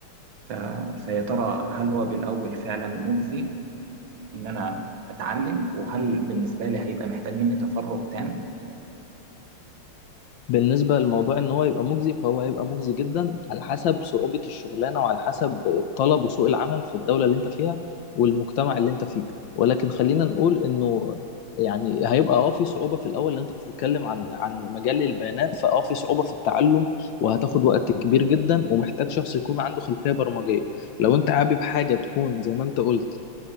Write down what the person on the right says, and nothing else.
ف... فيا ترى هل هو بالاول فعلا مجزي ان انا اتعلم وهل بالنسبة لي هيبقى محتاج مني تفرغ تام